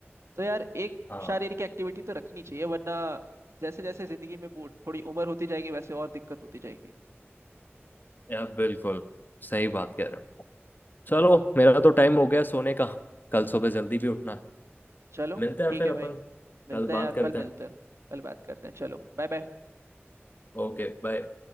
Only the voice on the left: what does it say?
हाँ
यार बिल्कुल सही बात कह रहे हो चलो मेरा तो टाइम हो गया सोने का कल सुबह जल्दी भी उठना है
मिलते हैं
फिर
अपन
कल
बात
करते
हैं
Okay bye